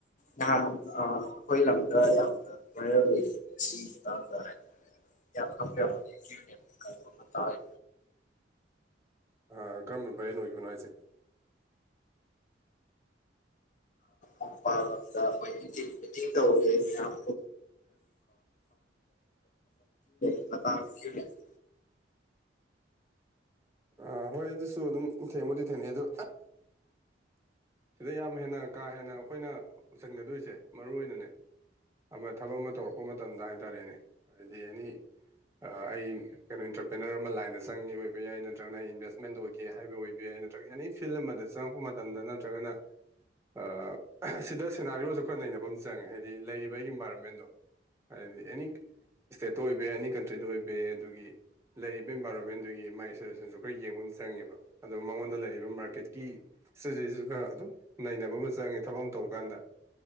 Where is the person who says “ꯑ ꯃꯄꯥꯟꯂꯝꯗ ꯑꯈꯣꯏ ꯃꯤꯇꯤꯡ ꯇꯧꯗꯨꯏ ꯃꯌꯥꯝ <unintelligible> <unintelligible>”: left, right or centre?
Left